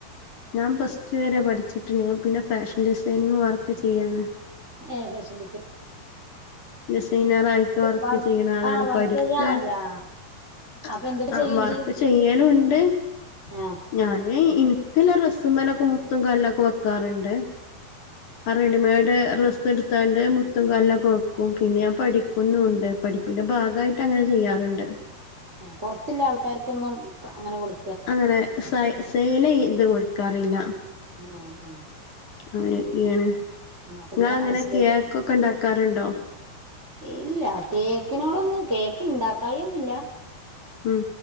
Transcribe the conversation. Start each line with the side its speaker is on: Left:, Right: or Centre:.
Left: ഞാൻ പ്ലസ്ടു വരെ പഠിച്ചിട്ടുണ്ട് ഞാൻ പിന്നെ ഫാഷൻ ഡിസൈനിങ് വർക്ക് ചെയ്യാണ്
Right: ഏ ഫാഷൻ ഡിസൈനിംഗ്
Left: ഡിസൈനറായിട്ട് വർക്ക്
Right: വർ
Left: ചെയ്യണ ആളാണ്
Right: ആ വർക്ക്
Left: പഠിക്കാൻ
Right: ചെയ്യാ അയ്യാ
Left: അഹ്ആ
Right: അപ്പൊ എന്തൊക്കെ ചെയ്യും
Left: വർക്ക്
Right: ഇജ്ജ്
Left: ചെയ്യലുണ്ട്
Right: ആ
Left: ഞാന് എനിക്ക്ല്ല ഡെസ്സുമേലൊക്കെ മുത്തും കല്ലൊക്കെ വെക്കാറുണ്ട് ആ റെഡിമേഡ് ഡ്രസ്സ് എടുത്താണ്ട് മുത്തും കല്ലൊക്കെ പിന്നെ ഞാൻ പഠിക്കുന്നുണ്ട് പഠിപ്പിന്റെ ഭാഗായിട്ട് ഞാൻ ചെയ്യാറൊണ്ട്
Right: പൊറത്തില്ല ആൽക്കാര്ക്കൊന്നും അങ്ങനെ കൊടു
Left: അങ്ങനെ സ സെയ്ലെയ്‌ത് കൊടുക്കാറില്ല
Right: ഞാ ആ
Left: അങ്ങനൊക്കെയാണ്
Right: ആ, അപ്പൊ
Left: നിങ്ങളെങ്ങനെ
Right: ഇഞ്ഞ് ഹസ്ബൻഡ്
Left: കേക്കൊക്കെ ഇണ്ടാക്കാറുണ്ടോ
Right: ഇല്ല കേക്കിനോടൊന്നും കേക്ക് ഇണ്ടാക്കായൊന്നില്ല
Left: ഉം